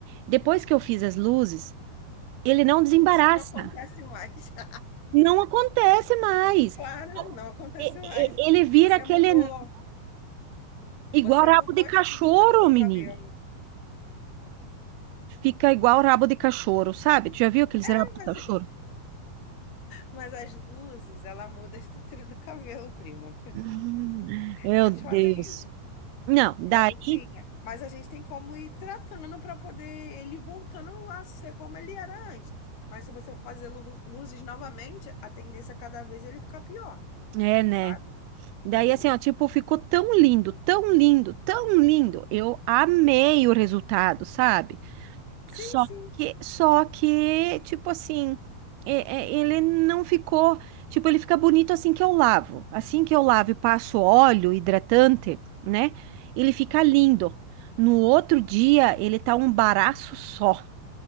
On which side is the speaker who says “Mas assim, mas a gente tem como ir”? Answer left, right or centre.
Left